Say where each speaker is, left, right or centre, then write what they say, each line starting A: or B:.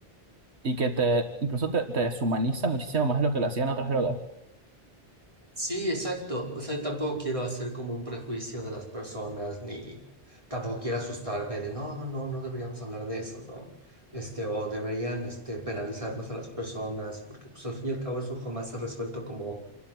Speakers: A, on the right; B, on the right.
A: y que te incluso te, te deshumaniza muchísimo más de lo que lo hacían otras drogas.
B: Sí, exacto. O sea, tampoco quiero hacer como un prejuicio de las personas, ni tampoco quiero asustarme de no, no, no, no deberíamos hablar de eso, ¿no? Este, o deberían, este, penalizar más a las personas, porque pues al fin y al cabo eso jamás se ha resuelto como